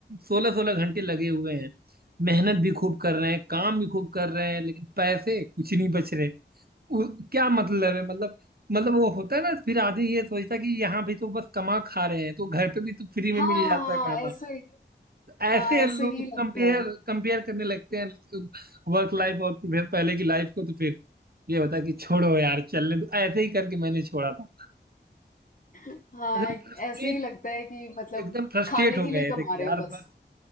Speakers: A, on the right (about 55°); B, on the left (about 45°).
A: सोलह सोलह घंटे लगे हुए हैं मेहनत भी खूब कर रहे हैं काम भी खूब कर रहे हैं लेकिन पैसे कुछ नहीं बच रहे उ- क्या मतलब है मतलब मतलब वो होता है ना फिर आदमी ये सोचता है कि यहाँ भी तो बस कमा खा रहे हैं तो घर पे भी तो फ्री में
B: हाँ,
A: मिल जाता
B: हाँ,
A: है खाना
B: ऐसे
A: ऐसे
B: हाँ, ऐसे
A: लोग
B: ही लगता
A: कंपेयर
B: है।
A: कंपेयर करने लगते हैं वर्क लाइफ और फिर पहले की लाइफ को तो फिर ये होता है कि छोड़ो यार चलने तो ऐसे ही करके मैंने छोड़ा था
B: हाँ,
A: एकदम फ्रस्ट्रेट
B: ऐसे ही लगता है कि मतलब
A: एकदम फ्रस्ट्रेट
B: खाने
A: हो
B: के लिए
A: गए
B: कमा
A: थे कि
B: रहे
A: यार
B: हैं बस।
A: बस